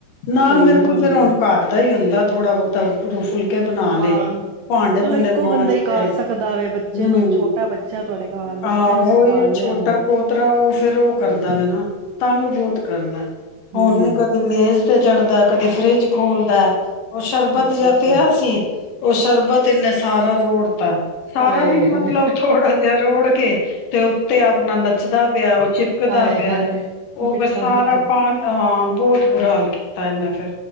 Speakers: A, on the left; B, on the right.
A: ਨਾਲ
B: ਸਹੀ
A: ਮੇਰੇ ਕੋਲ
B: ਗੱਲ
A: ਫਿਰ ਹੁਣ
B: ਆ
A: ਘਰ ਦਾ ਈ ਹੁੰਦਾ ਥੋੜ੍ਹਾ ਬਹੁਤਾ ਰੋ ਫ ਕੇ ਬਣਾ
B: ਹਾਂ
A: ਦੇ, ਭਾਂਡੇ
B: ਚਲੋ
A: ਭੂੰਡੇ
B: ਇੱਕੋ
A: ਮਾਂਜ
B: ਬੰਦਾ ਹੀ
A: ਲਏ।
B: ਕਰ ਸਕਦਾ ਵ ਬੱਚੇ
A: ਹੂੰ।
B: ਨੂੰ ਛੋਟਾ ਬੱਚਾ ਤੁਹਾਡੇ ਘਰ ਬੱਚੇ
A: ਆਹੋ,
B: ਨੂੰ ਸੰਭਾਲ
A: ਉਹੀ ਉਹ ਛੋਟਾ
B: ਲਿਆ ਹੁਣ
A: ਪੋਤਰਾ ਉਹ ਫੇਰ ਉਹ ਕਰਦਾ
B: ਹਾਂਜੀ
A: ਵੇ ਨਾ, ਤੰਗ ਬਹੁਤ ਕਰਦਾ। ਉਹਨੂੰ
B: ਹਮ
A: ਵੀ ਕਦੇ ਮੇਜ ਤੇ ਚੜਦੈ, ਕਦੇ ਫਰਿੱਜ ਖੋਲਦੈ ਉਹ ਸ਼ਰਬਤ
B: ਅੱਛਾ
A: ਜਿਆ
B: ਅੱਛਾ
A: ਪਿਆ ਸੀ, ਉਹ ਸ਼ਰਬਤ ਇੰਨੇ ਸਾਰਾ ਰੋੜਤਾ। ਸਾਰਾ
B: ਆਏ
A: ਨੀ, ਮਤਲਬ
B: ਹਾਏ,
A: ਥੋੜਾ ਜਿਹਾ ਰੋੜ ਕੇ ਤੇ ਉੱਤੇ ਆਪਣਾ ਨੱਚਦਾ ਪਿਆ, ਉਹ ਚਿਪਕਦਾ
B: ਆਏ
A: ਪਿਆ।
B: ਹਾਏ,
A: ਉਹ
B: ਮਿੱਠਾ
A: ਫਿਰ ਸਾਰਾ
B: ਮਿੱਠਾ
A: ਪਾਣ ਹਾਂ ਬਹੁਤ ਬੁਰਾ ਹਾਲ ਕੀਤਾ ਇਹਨੇ। ਚ